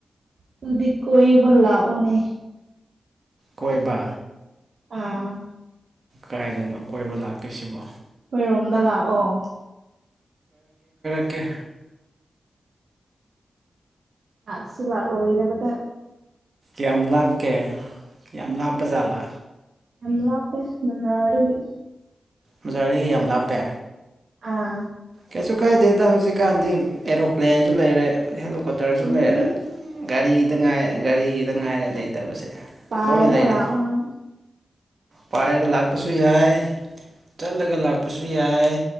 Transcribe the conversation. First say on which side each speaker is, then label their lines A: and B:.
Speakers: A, on the right; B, on the right.
A: ꯇꯗꯤ ꯀꯣꯏ ꯃꯥ ꯑꯣꯅꯤ
B: ꯀꯣꯏꯕ
A: ꯑꯥ
B: ꯀꯥꯏꯗꯅꯣ ꯀꯣꯏꯕ ꯂꯥꯛꯇꯣꯏꯁꯤꯕꯣ
A: ꯑꯩꯣꯏꯔꯣꯝꯗ ꯂꯥꯛꯑꯣ
B: ꯑꯣ
A: ꯂꯥꯛꯁꯨ ꯂꯥꯛꯣ ꯏꯅꯦꯕ
B: ꯌꯥꯝ ꯂꯥꯞꯀꯦ ꯌꯥꯝ ꯂꯥꯞꯄ ꯖꯥꯠꯂꯥ
A: ꯌꯥꯝꯂꯄꯦ ꯉꯔꯒꯤ
B: ꯕꯖꯥꯔꯗꯒꯤ ꯌꯥꯝ ꯂꯥꯞꯄꯦ
A: ꯑꯥ
B: ꯀꯩꯁꯨ ꯀꯥꯏꯗꯦꯗ ꯍꯧꯖꯤꯛꯀꯥꯟꯗꯤ ꯑꯦꯔꯣꯄ꯭ꯂꯦꯟꯁꯨ ꯂꯩꯔꯦ ꯍꯦꯜꯂ ꯀꯣꯇꯔꯁꯨ
A: ꯏꯁ
B: ꯂꯩꯔꯦ ꯒꯥꯔꯤꯗ ꯉꯥꯏ ꯒꯥꯔꯤ ꯁꯤꯗ ꯉꯥꯏꯔꯦ ꯂꯩꯇꯕꯁꯦ
A: ꯄꯥꯏꯔꯒ
B: ꯂꯣꯏ ꯂꯩꯔꯦ
A: ꯂꯥꯛꯑꯣ ꯅꯪ
B: ꯄꯥꯏꯔꯒ ꯂꯥꯛꯄꯁꯨ ꯌꯥꯏ ꯆꯠꯂꯒ ꯂꯥꯛꯄꯁꯨ ꯌꯥꯏ